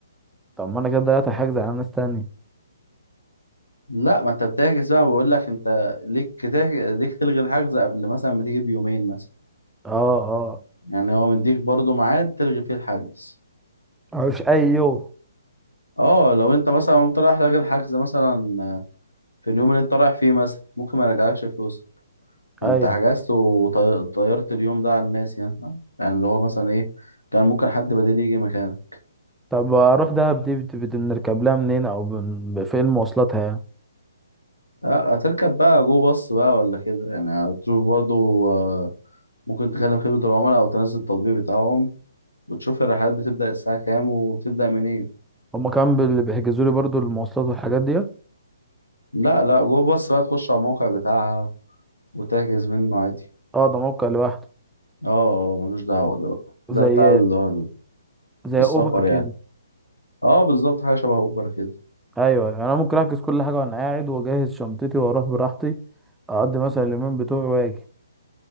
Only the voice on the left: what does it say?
لا ما انت بتحجز بقى بقول لك انت ليك تح- ليك تلغي الحجز قبل مثلا ما تيجي بيومين مثلا
يعني هو مديك برضو ميعاد تلغي فيه الحجز
اه لو انت مثلا قمت رايح لاغي الحجز مثلا في اليوم اللي انت رايح فيه مثلا ممكن ما يرجعلكش فلوسك ما
انت حجزت وطيرت اليوم ده على الناس يعني يعني اللي هو مثلا ايه كان ممكن حد بديل يجي مكانك
اه هتركب بقى جو باص بقى ولا كده يعني هتشوف برضو اه، ممكن تكلم خدمة العملاء أو تنزل التطبيق بتاعهم بتشوف الرحلات بتبدأ الساعة كام وبتبدأ منين
لا لا جوه بص بقى تخش على الموقع بتاعها وتحجز منه عادي
اه آه، ملوش دعوة ده بقى
ده بتاع اللي هو
السفر
يعني اه بالظبط حاجة شبه اوبر كده